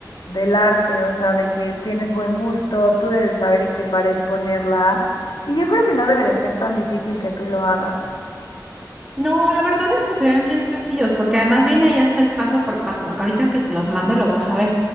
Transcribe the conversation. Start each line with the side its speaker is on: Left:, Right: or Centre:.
Left: del arte, o sea, de que tienes buen gusto, tú debes de saber en qué pared ponerla. Y yo creo que no debe de ser tan difícil que tú lo hagas.
Right: No, la verdad es que se ven bien sencillos, porque además viene allá hasta el paso por paso. Ahorita que te los mande lo vas a ver.